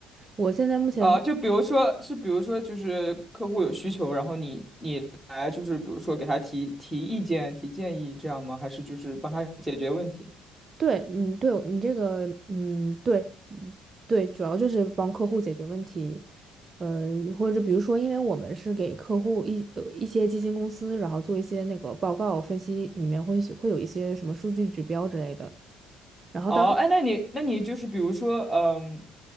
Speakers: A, on the right (about 30°); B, in the centre.
A: 我现在目前
B: 啊，就比如说，是比如说，就是客户有需求，然后你你来，就是比如说给他提提意见、提建议，这样吗？还是就是帮他解决问题？
A: 对，嗯，对你这个，嗯，对，对，主要就是帮客户解决问题，呃，或者比如说，因为我们是给客户一呃一些基金公司，然后做一些那个报告分析，里面会会有一些什么数据指标之类的。然后当
B: 哦，哎，那你那你就是比如说，嗯，